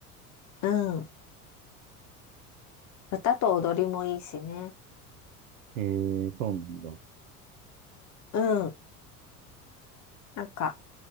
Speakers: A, on the left; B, on the right.
A: う。うん。歌と踊りもいいしね。
B: ええ、そうなんだ。
A: うん。なんか